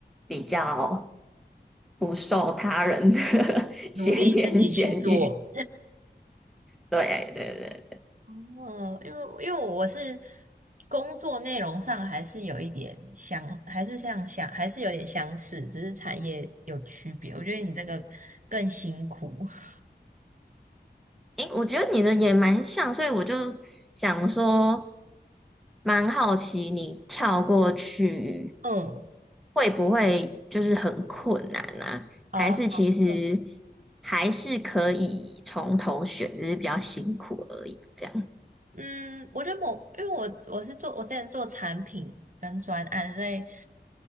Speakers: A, in the centre; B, on the right (about 45°).
A: 比较不受他人的
B: 努力自己去做。
A: <laughs> 闲言闲语。对对对。
B: 哦，因为因为我是工作内容上还是有一点相，还是像相，还是有点相似，只是产业有区别。我觉得你这个更辛苦。<laughs>
A: 诶，我觉得你的也蛮像，所以我就想说，蛮好奇你跳过去
B: 嗯，
A: 会不会就是很困难啊？
B: 啊，
A: 还是其实
B: 嗯
A: 还是可以从头选，只是比较辛苦而已，这样。
B: 嗯，我觉得我因为我我是做我之前做产品跟专案，所以。